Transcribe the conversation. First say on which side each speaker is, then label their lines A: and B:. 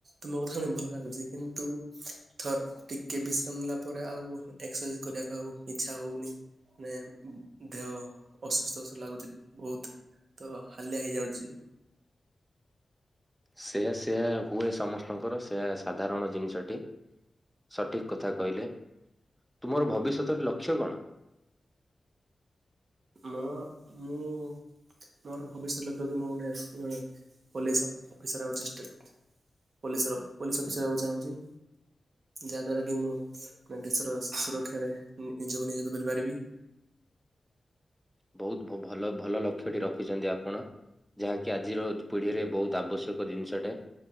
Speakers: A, on the right; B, in the centre.
A: ତୁମ କଥା ଶୁଣିି ଭଲ ଲାଗୁଛି କିନ୍ତୁ ଥର୍ ଟିକେ ବିଶ୍ରାମ ନେଲା ପରେ ଆଉ ଏକ୍ସରସାଇଜ କରିବାକୁ ଆଉ ଇଚ୍ଛା ହଉନି। ମାନେ ଦେହ ଅସୁସ୍ଥ ଅସୁ ଲାଗୁଚି ବହୁତ। ତ ହାଲିଆ ହେଇଯାଉଚି।
B: ସେଆ ସେଆ ହୁଏ ସମସ୍ତଙ୍କର ସେଆ ସାଧାରଣ ଜିନିଷଟି। ସଠିକ କଥା କହିଲେ। ତୁମର ଭବିଷ୍ୟତର ଲକ୍ଷ୍ୟ କଣ?
A: ମୋ ମୁଁ ମୋର ଭବିଷ୍ୟତ ଲକ୍ଷ୍ୟ ହଉଚି ମୁଁ ଗୋଟେ ଏ ପୋଲିସ ଅଫିସର ହେବାକୁ ଚେଷ୍ଟା ପୋଲିସର ପୋଲିସ ଅଫିସର ହବାକୁ ଚାହୁଁଚି। ଯାହାଦ୍ୱାରା କି ମୁଁ ମାନେ ଦେଶର ସୁରକ୍ଷାରେ ନିଜକୁ ନିୟୋଜିତ କରିପାରିବି।
B: ବହୁତ ଭଲ ଭଲ ଲକ୍ଷ୍ୟଟି ରଖିଚନ୍ତି ଆପଣ। ଯାହାକି ଆଜିର ପିଢିରେ ବହୁତ ଆବଶ୍ୟକ ଜିନିଷଟେ।